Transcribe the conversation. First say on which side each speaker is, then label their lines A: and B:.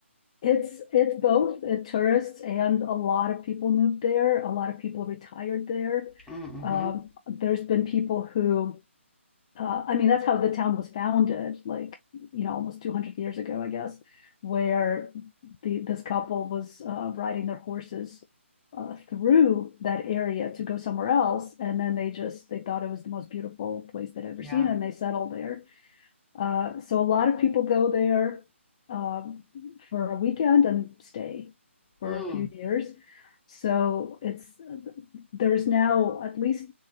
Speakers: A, on the left; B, in the centre.
A: It's it's both uh, tourists and a lot of people moved there. A lot of people retired there.
B: Mm-hmm.
A: Um, there's been people who uh, I mean, that's how the town was founded, like, you know, almost two hundred years ago, I guess, where the, this couple was, uh, riding their horses uh, through that area to go somewhere else, and then they just, they thought it was the most beautiful place they'd ever
B: Yeah.
A: seen, and they settled there. Uh, so a lot of people go there, um, for a weekend and stay for
B: Mm.
A: a few years. So it's, there's now at least